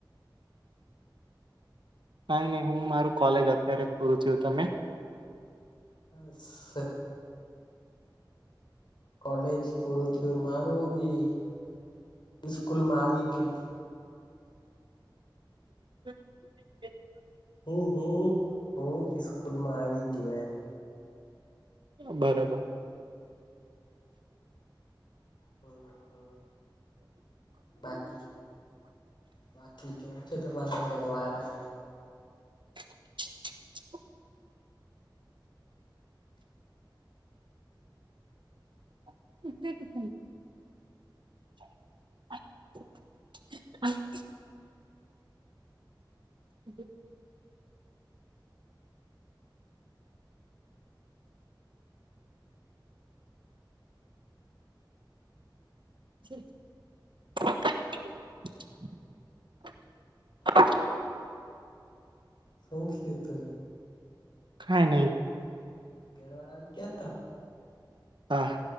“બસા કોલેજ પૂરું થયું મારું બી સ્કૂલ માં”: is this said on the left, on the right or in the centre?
Left